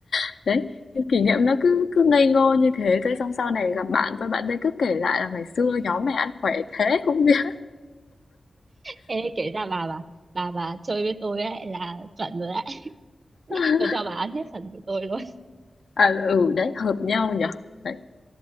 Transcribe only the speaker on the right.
Ê, kể ra bà bà bà bà chơi với tôi ấy là chuẩn rồi đấy <laughs>
tôi cho bà ăn hết phần của tôi luôn